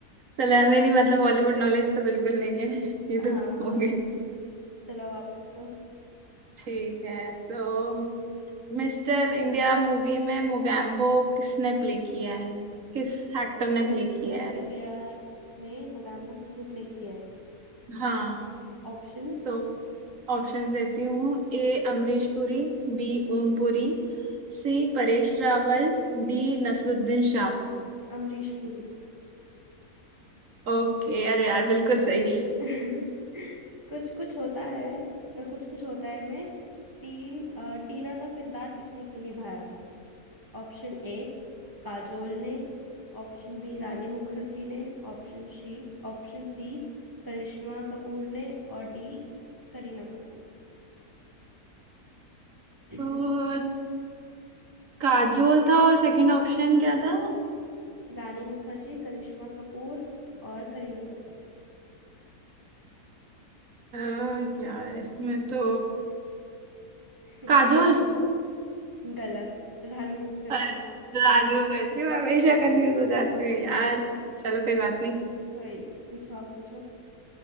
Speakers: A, on the right (about 60°); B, on the right (about 15°).
A: चलो यार, मेरी मतलब बॉलीवुड नॉलेज तो बिल्कुल नहीं है ये
B: हाँ
A: तो हो गई
B: चलो अब आप पूछो
A: ठीक है तो मिस्टर इंडिया मूवी में मोगैम्बो किसने प्ले किया है किस एक्टर ने
B: मिस्टर
A: प्ले किया है
B: इंडिया में बोगैम्बो किसने प्ले किया है
A: हाँ
B: ऑप्शंस
A: तो ऑप्शन देती हूँ A Amrish Puri B Om Puri C Paresh Rawal D Naseeruddin Shah
B: अमरीश पुरी
A: Okay अरे यार बिल्कुल सही
B: <laughs> कुछ कुछ होता है कुछ कुछ होता है में तीन अ, टीना का किरदार किसने की निभाया था ऑप्शन ए काजोल ने ऑप्शन बी रानी मुखर्जी ने option C option C करिश्मा कपूर ने और डी करीना कपूर ने
A: तो काजोल था और सेकंड ऑप्शन क्या था
B: <clears throat> रानी मुखर्जी करिश्मा कपूर और करीना कपूर
A: अ, यार इसमें तो
B: <laughs>
A: काजोल
B: बताओ गलत रानी मुखर्जी
A: अरे, रानी हो गई थी मैं हमेशा कंफ्यूज हो जाती हूँ यार चलो कोई बात नहीं
B: कोई नहीं पूछो आप पूछो